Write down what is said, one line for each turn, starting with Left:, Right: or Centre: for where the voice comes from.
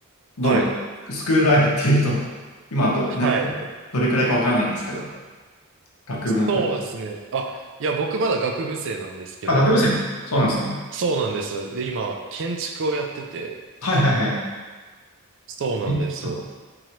Left: どれ、
Right: はい。
Left: スクールライフっていうと、今はど、
Right: はい。
Left: な、どれくらいかわからないんですけど、学部の時。
Right: そうですね。あ、いや、僕まだ学部生なんですけど、
Left: あ、学部生、そうなんですね。
Right: そうなんですよ。で、今、建築をやってて、
Left: はいはいはい。
Right: そうなんですよ。
Left: 建築か